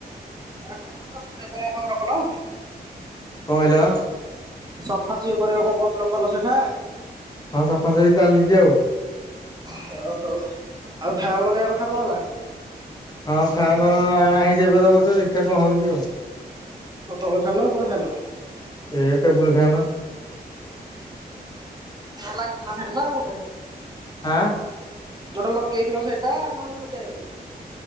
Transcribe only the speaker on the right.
କରିବା କଥାର କଲ ।
ସଫା ସି କରିବାକୁ କଣ କହୁ ଥିଲ କଲସେଠା
ହ ହଉ ଆଉ ଫ୍ୟନ୍ ଲଗେଇବା କଥା କଣ ହେଲା
ତ ତଳ ଫନ୍ ନ ଉପରେ ଫାନ୍
ଲାଗିଥିଲା ସେଠା ନାଉ ଗୋଟେ <unintelligible>
ଯୋଉଟା ଲଗେଇଥିଲ ସେଇଟା ନା ଆଉ ଗୋଟେ